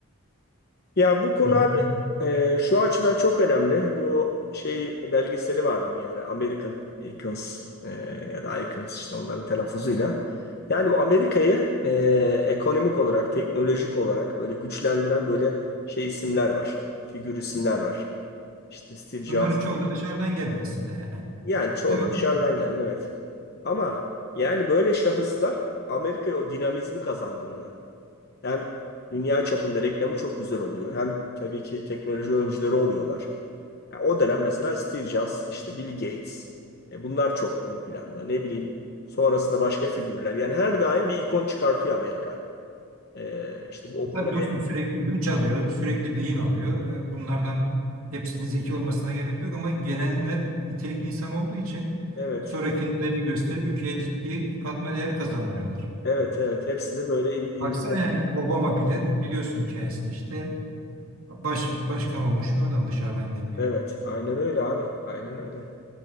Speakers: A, on the left; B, on the right.
A: Ya bu konu
B: Yani
A: abi e, şu açıdan çok önemli. Bu şey belgeseli vardı bir ara American Icons e, ya da Icons işte onların telaffuzuyla. Yani bu Amerika'yı e, ekonomik olarak, teknolojik olarak böyle güçlendiren böyle şey isimler var. Figür isimler var. İşte Steve Jobs.
B: bunların çoğu da dışarıdan gelme aslında yani.
A: Yani çoğu
B: Değil mi?
A: da dışarıdan gelme evet. Ama yani böyle şahıslar Amerika'ya o dinamizmi kazandırıyor. Hem dünya çapında reklamı çok güzel oluyor. Hem tabii ki teknoloji öncüleri oluyorlar. Yani o dönem mesela Steve Jobs, işte Bill Gates e, bunlar çok ön planda. Ne bileyim sonrasında başka figürler. Yani her daim bir ikon çıkartıyor Amerika. E, işte bu OpenAI.
B: E tabii dostum sürekli göç alıyor, sürekli beyin alıyor. E, Bunlardan hepsinin zeki olmasına gerek yok ama gelenler nitelikli insan olduğu için
A: Evet.
B: sonra kendilerini gösterip ülkeye ciddi katma değer kazandırıyorlar.
A: Evet evet. Hepsi de böyle in- ince.
B: Baksana yani Obama bile biliyorsun hikayesini işte baş, başkan olmuş bir adam dışarıdan gelip.
A: Evet. Aynen öyle abi. Aynen öyle.